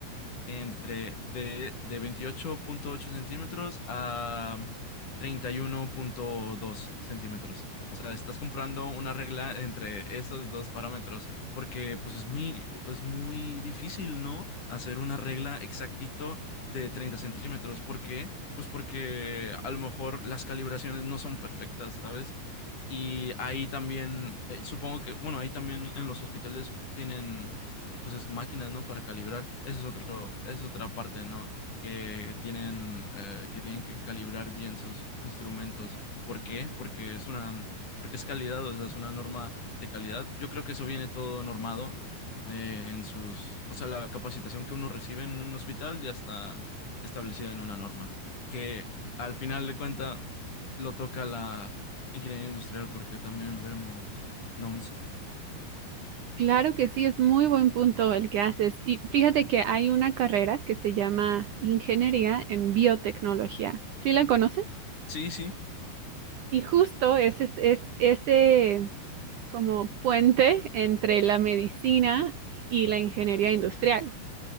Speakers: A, on the left (about 45°); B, on the right (about 65°).
A: entre de, de veintiocho punto ocho centímetros a treinta y uno punto dos centímetros. O sea, estás comprando una regla entre esos dos parámetros, porque pues es muy, es muy difícil, ¿no? Hacer una regla exactito de 30 centímetros. ¿Por qué? Pues porque a lo mejor las calibraciones no son perfectas, ¿sabes? Y ahí también, eh, supongo que, bueno, ahí también en los hospitales tienen pues es máquinas, ¿no? Para calibrar. Esa es otro, esa es otra parte, ¿no? Que tienen, eh, que tienen que calibrar bien sus instrumentos. ¿Por qué? Porque es una, porque es calidad, o sea, es una norma de calidad. Yo creo que eso viene todo normado eh, en sus, o sea, la capacitación que uno recibe en un hospital ya está establecida en una norma. Que al final de cuenta lo toca la ingeniería industrial porque también vemos NOMS.
B: Claro que sí, es muy buen punto el que haces. Y fíjate que hay una carrera que se llama Ingeniería en Biotecnología. ¿Sí la conoces?
A: Sí, sí.
B: Y justo ese es, es ese como puente entre la medicina y la ingeniería industrial.